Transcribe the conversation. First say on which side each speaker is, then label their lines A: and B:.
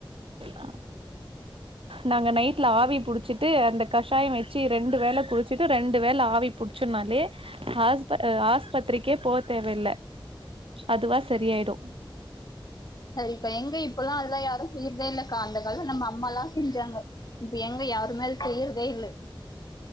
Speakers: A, on the right; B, on the left.
A: ஆ நாங்க நைட்ல ஆவி பிடிச்சிட்டு அந்த கஷாயம் வச்சு ரெண்டு வேல குடிச்சிட்டு ரெண்டு வேல ஆவி பிடிச்சோனாலே ஹாஸ்பட்ட ஆஸ்பத்திரிக்கே போ தேவல்ல அதுவா சரியாயிடு
B: சரிப்ப எங்க இப்ப எல்லா அதுலா யாரு செய்யறதே இல்லக்கா அந்த காலத்துல்லே நம்ம அம்மாலா செஞ்சாங்க எங்க யாருமே அத செயறதே இல்ல